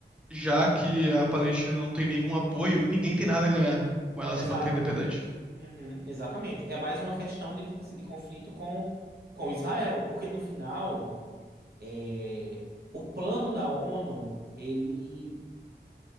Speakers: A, in the centre; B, on the right.
A: já que a Palestina não tem nenhum apoio, ninguém tem nada a ganhar com ela
B: Exato.
A: se manter independente.
B: Uhum, exatamente. É mais uma questão de, tipo assim, de conflito com, com Israel, porque no final, é, o plano da ONU, ele